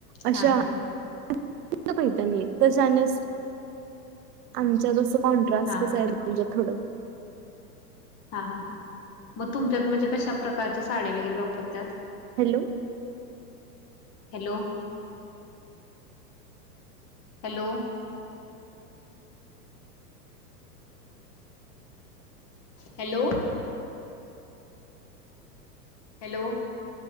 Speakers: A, on the right (about 70°); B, on the left (about 40°).
A: अशा
B: हा हा हा
A: <inaudible> पाहि तर जाण्यास आमच्या तस म्हणजे
B: हा हा
A: थोड
B: हा हा हा मग तुमच्यात म्हणजे कशा प्रकारच्या साड्या वगैरे वापरतात?
A: Hello
B: hello, hello.. hello.. hello